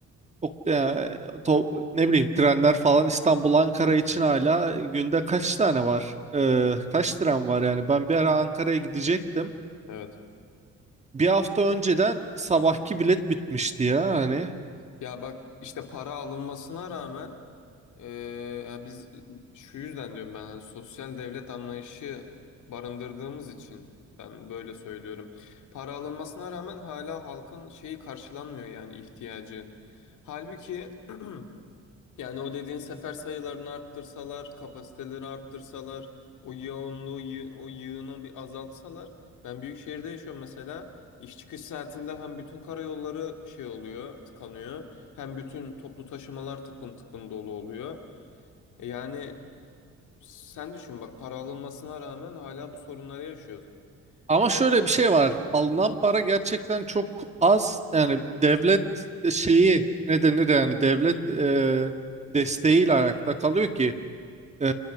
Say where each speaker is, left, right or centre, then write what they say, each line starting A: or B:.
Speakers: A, on the right; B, on the left.
A: o, ya, to- ne bileyim trenler falan İstanbul Ankara için hala günde kaç tane var? E, kaç tren var yani? Ben bir ara Ankara'ya gidecektim.
B: evet.
A: Bir hafta önceden sabahki bilet bitmişti ya hani.
B: Ya bak işte para alınmasına rağmen. Ee, ya biz şu yüzden diyorum ben hani sosyal devlet anlayışı barındırdığımız için ben böyle söylüyorum. Para alınmasına rağmen hala halkın şeyi karşılanmıyor yani ihtiyacı. Halbuki <clears throat> yani o dediğin sefer sayılarını arttırsalar, kapasiteleri arttırsalar, o yoğunluğu, yı- o yığını bir azaltsalar. Ben büyük şehirde yaşıyorum mesela. İş çıkış saatinde hem bütün karayolları şey oluyor, tıkanıyor. Hem bütün toplu taşımalar tıklım tıklım dolu oluyor. E Yani sen düşün bak para alınmasına rağmen hala bu sorunları yaşıyoruz.
A: Ama
B: Yani
A: şöyle bir şey var. Alınan para gerçekten çok az. Yani devlet şeyi ne denir yani devlet e, desteğiyle ayakta kalıyor ki e,